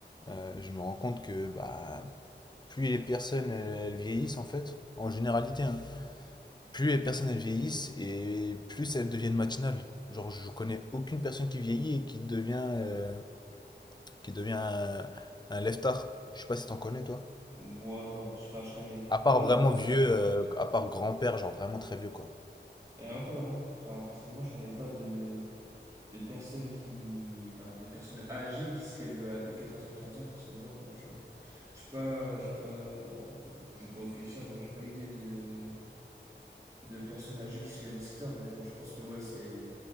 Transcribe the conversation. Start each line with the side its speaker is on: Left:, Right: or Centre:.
Left: Euh, je me rends compte que bah, plus les personnes elles, elles vieillissent en fait, en généralité, hein, plus les personnes elles vieillissent et plus elles deviennent matinales. Genre je connais aucune personne qui vieillit et qui devient, euh, qui devient un, un lève-tard. Je sais pas si t'en connais toi.
Right: Moi, non, je- enfin, je connais
Left: À part
Right: pas
Left: vraiment
Right: de personne.
Left: vieux, euh, à part grand-père, genre vraiment très vieux quoi.
Right: Et encore, hein. enfin, personnellement, je connais pas de, de personnes qui, enfin, de personnes âgées qui se lèvent à des 14h-15h. Personnellement, non, j'en ai, je sais pas, je sais pas, je peux réfléchir. Non, j'ai pas idée de, de personnes âgées qui se lèvent aussi tard. Mais bon, je pense que ouais, c'est,